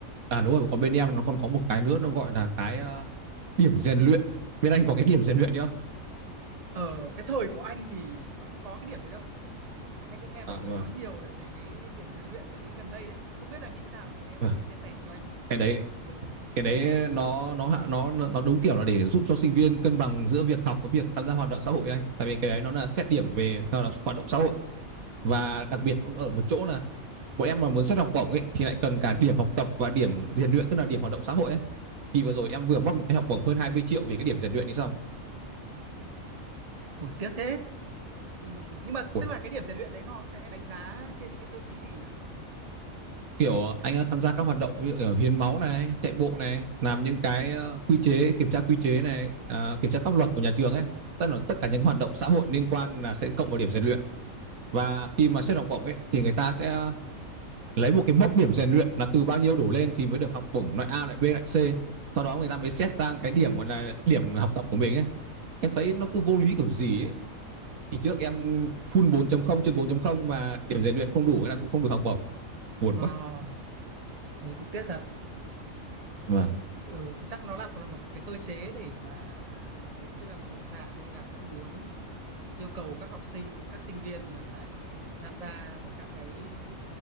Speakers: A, on the right; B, on the right.
A: à đúng rồi còn bên em nó còn có một cái nữa nó gọi là cái ờ, điểm rèn luyện bên anh có cái điểm rèn luyện nữa
B: ở cái thời của anh thì nó không có cái điểm đấy đâu. Anh cũng nghe mọi
A: à
B: người
A: vâng
B: nói nhiều để về cái điểm rèn luyện đấy gần đây đấy, thì không biết là như thế nào thì em
A: vâng.
B: có thể chia sẻ cho anh
A: cái đấy
B: ừ,
A: cái đấy nó nó hạ nó nó đúng kiểu là để giúp cho sinh viên cân bằng giữa việc học với việc tham gia hoạt động xã hội ấy anh tại vì cái đấy nó là xét điểm về hoạt động, hoạt động xã hội và đặc biệt ở một chỗ là bọn em mà muốn xét học bổng ấy thì lại cần cả điểm học tập và điểm rèn luyện tức là điểm hoạt động xã hội ấy thì vừa rồi em vừa mất một cái học bổng hơn 20 triệu vì cái điểm rèn luyện đi xong
B: ôi, tiếc thế. Ừm, nhưng mà
A: Ui,
B: tức là cái điểm rèn luyện đấy nó sẽ đánh giá trên những cái tiêu chí gì nhỉ?
A: kiểu anh đã tham gia các hoạt động ví dụ ở hiến máu này chạy bộ này làm những cái ờ, quy chế kiểm tra quy chế này ờ, kiểm tra pháp luật của nhà trường ấy tức là tất cả những hoạt động xã hội liên quan là sẽ cộng vào điểm rèn luyện và khi mà xét học bổng ấy thì người ta sẽ lấy một cái mốc điểm rèn luyện là từ bao nhiêu đổ lên thì mới được học bổng loại A lại B lại C sau đó người ta mới xét sang cái điểm gọi là điểm học tập của mình ấy em thấy nó cứ vô lý kiểu gì ấy thì trước em full bốn chấm không trên bốn chấm không mà điểm rèn luyện không đủ hay là cũng không được học bổng buồn
B: Ờ,
A: quá
B: thế cũng tiếc thật.
A: Vâng,
B: Ừ, thì chắc nó là là một cái cơ chế để mà đấy, tức là một dạng như là cũng muốn yêu cầu các học sinh, các sinh viên là phải phải tham gia về các cái,